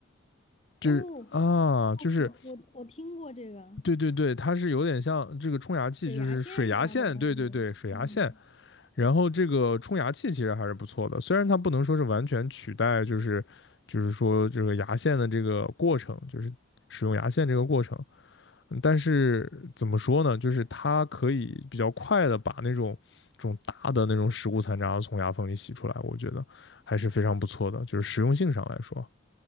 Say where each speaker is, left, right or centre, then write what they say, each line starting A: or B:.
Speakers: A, on the left; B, on the left.
A: 就是啊，
B: 哦，哦
A: 就是
B: 我嗯我我听过这个
A: 对对对，它是有点像这个冲牙器，
B: 水牙线一样的东西。
A: 就是水牙线，对对对，水牙线。
B: 嗯，
A: 然后这个冲牙器其实还是不错的，虽然它不能说是完全取代，就是就是说这个牙线的这个过程，就是使用牙线这个过程，嗯但是怎么说呢，就是它可以比较快的把那种这种大的那种食物残渣从牙缝里洗出来，我觉得还是非常不错的，就是实用性上来说，